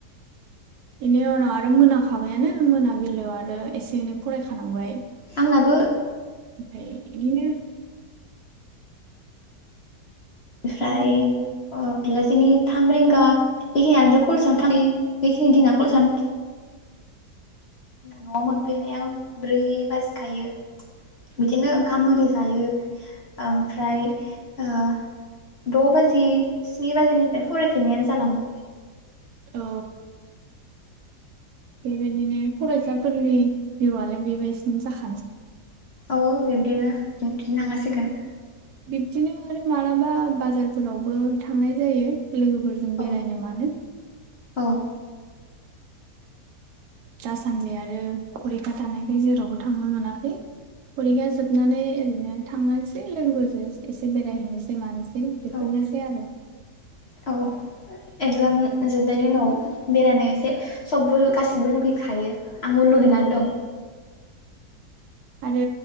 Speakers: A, on the right (about 70°); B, on the left (about 55°).
A: बेनि उनाव आरो मोनाखाबायानो मोनाबिलिआव आरो एसे एनै फरायखानांबाय
B: आंनाबो
A: ओमफाय बिदिनो
B: स्राय
A: बिदिनो
B: अ बेलासिनि थाम रिंगा बेखिनियानोथ' कलेजयावनो थांखायो बेखिनि दिना कलेजावनो न'आव मोनफिनायाव ब्रै बाजिखायो बिदिनो ओंखाम ओरि जायो ओमफ्राय द' बाजि स्नि बाजिनिफ्राय फरायफिन्नायानो जालाङो
A: औ बेबायदिनो फरायसाफोरनि जिउआलाय बेबायसिनो जाखा
B: औ बिबदिनो बुंफिन नाङा सिगोन
A: बिब्दिनो आरो मालाबा बाजारफोरावबो थांनाय जायो लोगोफोरजों
B: औ
A: बेरायनो मानो
B: औ
A: दासान्दि आरो फरिखा थानायखाय जेरावबो थांनो मोनाखै फरिखा जोबनानै ओरैनो थांनोसै लोगोफोरजों एसे बेरायहैनोसै मानो सै बेफोरनोसै
B: औ
A: आरो
B: औ औ एगजाम जोबनायनि उनाव बेरायनो एसे सबबो गाैसिबबो लुगैखायो आंबो लुगैनानै दं
A: औ आरो